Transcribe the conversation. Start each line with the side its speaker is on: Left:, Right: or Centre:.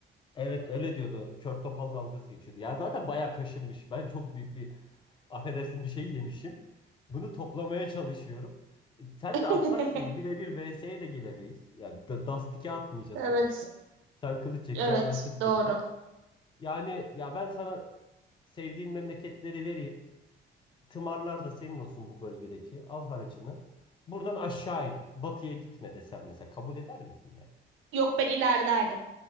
Left: Evet öyle diyordu. Kör topal dalgası geçiyordu. Yani zaten bayağı kaşınmış. Ben çok büyük bir affedersin bir şey yemişim. Bunu toplamaya çalışıyorum. E, Sen
Right: <laughs>
Left: de aksaksın. Birebir VS'ye de gelemeyiz. Yani da- dastike atmayacağız
Right: Evet,
Left: sonuçta. Sen kılıç çekeceğim,
Right: evet,
Left: ben kılıç
Right: doğru.
Left: çekeceğim. Yani ya ben sana sevdiğim memleketleri vereyim. Tımarlar da senin olsun bu bölgedeki. Al harcını. Buradan aşağı in. Batıya gitme desem mesela kabul eder miydin yani?
Right: Yok ben ilerlerdim.